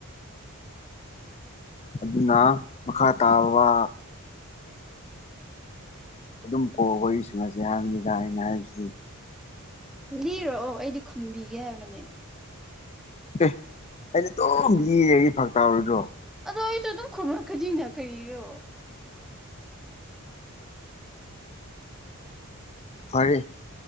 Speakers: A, on the left; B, in the centre.
A: ꯑꯗꯨꯅ ꯃꯈꯥ ꯇꯥꯕ ꯑꯗꯨꯝ ꯀꯣ ꯋꯥꯔꯤ ꯁꯥꯟꯅꯁꯦ ꯍꯥꯏꯕꯅꯤꯗ ꯑꯩꯅ ꯍꯥꯏꯕꯁꯤ
B: ꯂꯤꯔꯛꯑꯣ ꯑꯩꯗꯤ ꯈꯨꯝꯕꯤꯒꯦ ꯍꯥꯏꯕꯅꯦ
A: ꯑꯦ ꯑꯩꯅ ꯑꯗꯨꯝ ꯂꯤ ꯂꯩꯔꯗꯤ ꯐꯔꯛ ꯇꯥꯔꯣꯏꯗ꯭ꯔꯣ
B: ꯑꯗꯣ ꯑꯩꯁꯨ ꯑꯗꯨꯝ ꯈꯨꯝꯔꯛꯀꯅꯤꯅ ꯀꯔꯤꯔꯣ
A: ꯐꯔꯦ